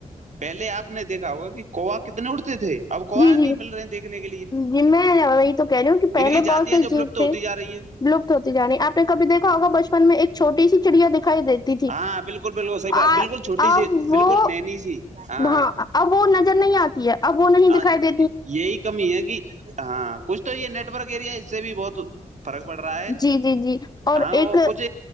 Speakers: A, on the right; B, on the left.
A: پہلے آپ نے دیکھا ہوگا کہ کووا کتنے اگتے تھے اب کوا
B: جی جی
A: نہیں مل رہے ہیں دیکھنے کے لیے
B: جی میں وہی تو وہی کہہ رہی ہوں کہ پہلے
A: ان کی
B: بہت
A: جاتیاں
B: سے
A: جو
B: جیو
A: ولپت
B: تھے
A: ہوتی جا رہی ہیں
B: ویلپت ہوتی جا رہی ہے آ نے کبھی دیکھا ہوگا بچپن میں ایک چھوٹی سی چڑیا دکھائی دیتی تھی
A: ہاں بالکل بالکل صیح
B: آ
A: بالکل چھوٹی
B: اب
A: سی بالکل
B: وہ
A: ننھی سی ہاں
B: ہاں اب وہ نظر نہیں آتی ہے اب وہ نہیں
A: ہاں
B: دکھائی دے
A: یہی کمی ہے کہ ہاں کچھ تو یہ نیٹ ورک ایریا اس سے بھی بہت فرق پڑ رہا ہے
B: جی جی جی اور
A: ہاں وہ
B: ایک
A: کچھ